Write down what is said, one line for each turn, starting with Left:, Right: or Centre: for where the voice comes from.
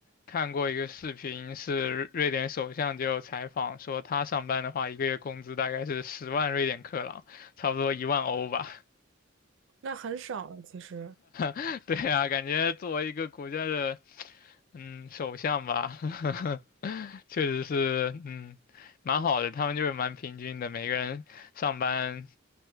Left: 看过一个视频，是瑞典首相就有采访说，他上班的话，一个月工资大概是十万瑞典克朗，差不多一万欧吧。
Right: 那很少了其实。
Left: <laughs> 对啊，感觉作为一个国家的嗯首相吧，<laughs> 确实是嗯蛮好的，他们就是蛮平均的，每个人上班。